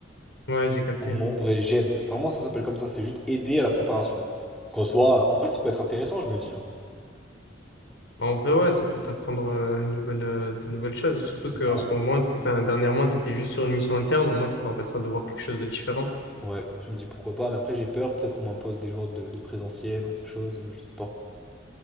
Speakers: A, on the left; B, in the centre.
A: Ouais, j'ai capté.
B: En ombre et j'aide. Vraiment, ça s'appelle comme ça. C'est juste aider à la préparation. Qu'en soit, en vrai, ça peut être intéressant, je me dis. hein.
A: Bah, En vrai, ouais, ça peut t'apprendre euh, une nouvelle, euh, de nouvelles choses. Surtout
B: C'est
A: qu'en
B: ça.
A: ce moment, t'es- enfin, dernièrement, tu étais juste sur une mission interne. Au moins, ça te permettra de voir quelque chose de différent.
B: Ouais, je me dis pourquoi pas. Mais après, j'ai peur. Peut-être qu'on m'impose des jours de, de présentiel ou quelque chose. euh, Je sais pas.